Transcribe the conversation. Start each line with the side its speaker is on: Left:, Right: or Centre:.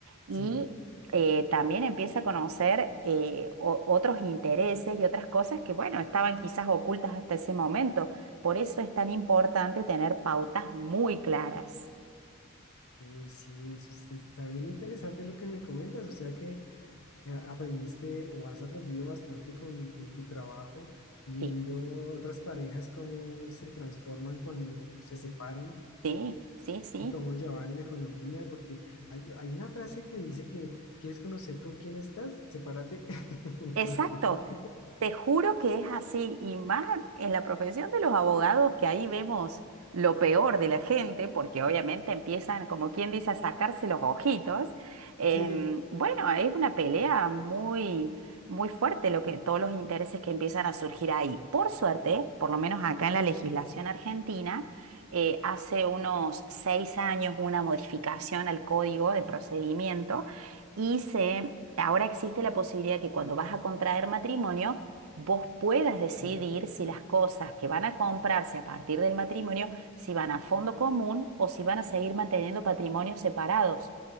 Right: y
Left: sí.
Right: eh, también empieza a conocer eh, o- otros intereses y otras cosas que, bueno, estaban quizás ocultas hasta ese momento. Por eso es tan importante tener pautas muy claras.
Left: Uy, sí, eso es- está bien interesante lo que me comentas, o sea que eh, aprendiste o has aprendido bastante con, con tu trabajo, viendo
Right: Sí,
Left: otras parejas cómo se transforman cuando se separan
Right: sí, sí, sí.
Left: y cómo llevan la economía, porque hay, hay una frase que dice que quieres conocer con quién estás, sepárate. <laughs>
Right: Exacto. Te juro que es así, y más en la profesión de los abogados, que ahí vemos lo peor de la gente, porque obviamente empiezan, como quien dice, a sacarse los ojitos. Em,
Left: Sí,
Right: bueno, es una pelea muy, muy fuerte lo que, todos los intereses que empiezan a surgir ahí. Por suerte, por lo menos acá en la legislación argentina, eh, hace unos seis años una modificación al código de procedimiento y se, ahora existe la posibilidad que cuando vas a contraer matrimonio, vos puedas decidir
Left: sí.
Right: si las cosas que van a comprarse a partir del matrimonio, si van a fondo común o si van a seguir manteniendo patrimonios separados.